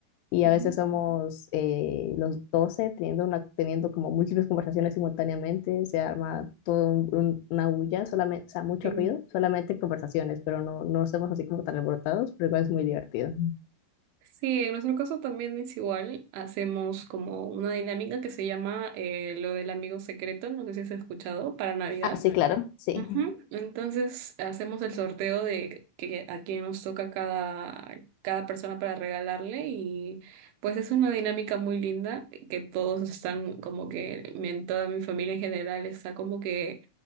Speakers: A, on the left (about 80°); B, on the right (about 75°).
A: y
B: ujú.
A: a veces somos eh, los 12 teniendo, una, teniendo como múltiples conversaciones simultáneamente, se arma todo un- un- una bulla, solamente, o sea, mucho
B: Sí.
A: ruido, solamente conversaciones, pero no, no somos así como tan alborotados, pero igual es muy divertido.
B: Sí, en nuestro caso también es igual. Hacemos como una dinámica que se llama eh, lo del amigo secreto, no sé si has escuchado, para Navidad.
A: Ah, sí, claro, sí.
B: Ujú. Entonces hacemos el sorteo de que, a quién nos toca cada, cada persona para regalarle y pues es una dinámica muy linda que todos están como que, me- toda mi familia en general está como que